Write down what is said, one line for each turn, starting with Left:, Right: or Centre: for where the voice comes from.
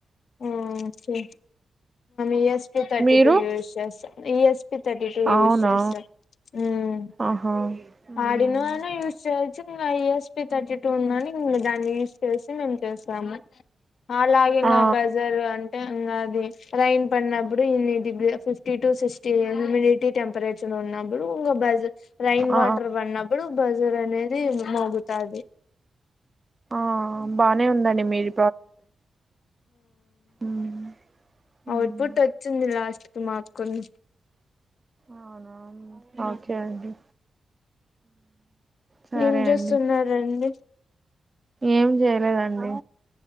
Left: okay E S P thirty
Right: మీరు
Left: two యూస్ చేస్త U S thirty two
Right: అవునా
Left: use చేస్త ఉమ్
Right: ఆహా మ్మ్.
Left: ఆడినో అన యూస్ చెయ్ E S P thirty two ఉన్నాని ఇంగ దాన్ని యూస్ చేసి మేము చేసాము అలాగింగ
Right: ఆ
Left: బజారు అంటే ఇంగది అది రైన్ పడినప్పుడు ఇన్ని degree fifty to sixty humidity temperature నబుడు ఇంగ బజ్ రైన్
Right: ఆ
Left: వాటర్ పడినప్పుడు బజర్ అనేది మోగుతాది
Right: ఆ బానే ఉందండి మీరు మ్మ్.
Left: ఆ
Right: మ్మ్.
Left: ఔట్పుట్ వచ్చింది లాస్ట్ టు మాకున్
Right: అవునా ఓకే అండి సరే
Left: ఏం చేస్తున్నరండి
Right: అండి ఏం జెయలేదండి